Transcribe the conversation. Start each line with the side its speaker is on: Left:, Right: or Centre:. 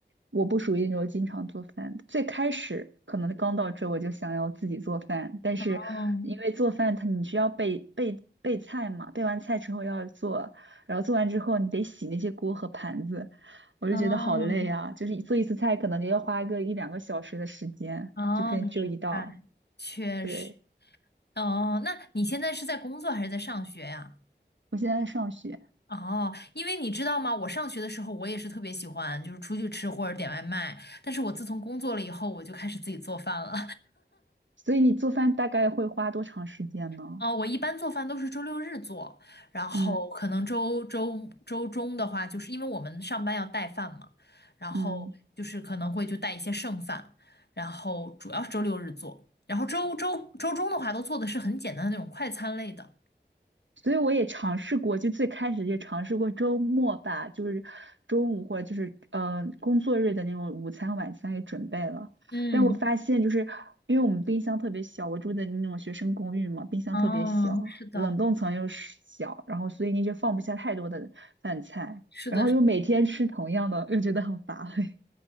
Right: 我不属于那种经常做饭的。最开始可能刚到这，我就想要自己做饭，但是因为做饭它你需要备备备菜嘛，
Left: 哦，
Right: 备完菜之后要做，然后做完之后你得洗那些锅和盘子，我就觉得好累啊！
Left: 哦，
Right: 就是做一次菜可能就要花个一两个小时的时间，
Left: 哦，
Right: 就可能只有一道。
Left: 明白，确实。
Right: 对，
Left: 哦，那你现在是在工作还是在上学呀？
Right: 我现在在上学，
Left: 哦，因为你知道吗，我上学的时候我也是特别喜欢，就是出去吃或者点外卖。但是我自从工作了以后，我就开始自己做饭了。
Right: 所以你做饭大概会花多长时间呢？
Left: <laughs> 哦，我一般做饭都是周六日做，然后可能周周周中的话，
Right: 嗯
Left: 就是因为我们上班要带饭嘛，然后就是可能会就带一些剩饭，
Right: 嗯。
Left: 然后主要是周六日做，然后周周周中的话都做的是很简单的那种快餐类的。
Right: 所以我也尝试过，就最开始也尝试过周末吧，就是中午或者就是呃工作日的那种午餐、晚餐给准备了。
Left: 嗯，
Right: 但我发现就是因为我们冰箱特别小，我住的那种学生公寓嘛，冰箱特别小，
Left: 哦，是的，
Right: 冷冻层又是小，然后所以你就放不下太多的饭菜，
Left: 是的，
Right: 然后又每天吃同样的，
Left: 是的
Right: 又觉得很乏味。